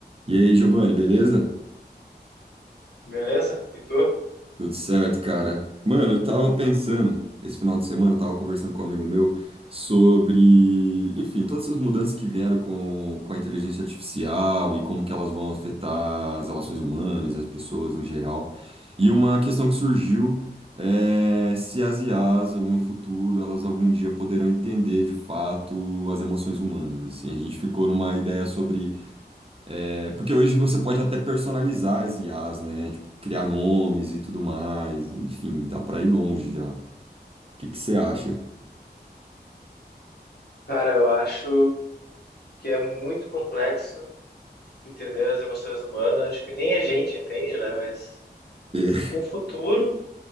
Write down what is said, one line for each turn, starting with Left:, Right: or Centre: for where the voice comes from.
Right: E aí, Giovanni, beleza?
Left: Beleza? E tu?
Right: Tudo certo, cara. Mano, eu tava pensando, esse final de semana, eu tava conversando com um amigo meu sobre, enfim, todas essas mudanças que vieram com, com a inteligência artificial e como que elas vão afetar as relações humanas, as pessoas no geral. E uma questão que surgiu é se as IAs, no futuro, elas algum dia poderão entender de fato as emoções humanas, assim. A gente ficou numa ideia sobre É, porque hoje você pode até personalizar as IAs, né? Tipo, criar nomes e tudo mais. Enfim, dá pra ir longe já. O que que você acha? <laughs>
Left: Cara, eu acho que é muito complexo entender as emoções humanas. Acho que nem a gente entende, né? Mas
Right: É,
Left: com o futuro,